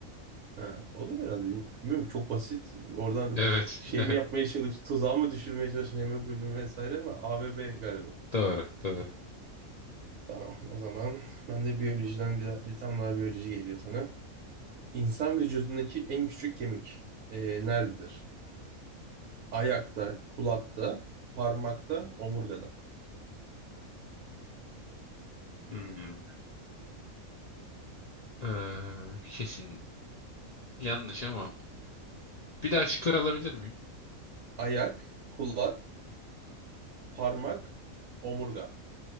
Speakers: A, on the right; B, on the left.
A: Ha, olur herhalde. Bilmiyorum bilmiyorum. çok basit. Oradan
B: Evet.
A: <laughs> şey
B: <laughs> Evet.
A: mi yapmaya çalış, tuzağı mı düşürmeye çalışan hemoglobin vesaire ama A ve B galiba.
B: Doğru. Doğru.
A: Tamam o zaman ben de biyolojiden bir, bir tane daha biyoloji geliyor sana. İnsan vücudundaki en küçük kemik ee, nerededir? Ayakta, kulakta, parmakta, omurgada.
B: Hmm. Ee, kesin yanlış ama bir daha şıklar alabilir miyim?
A: Ayak, kulak, parmak, omurga.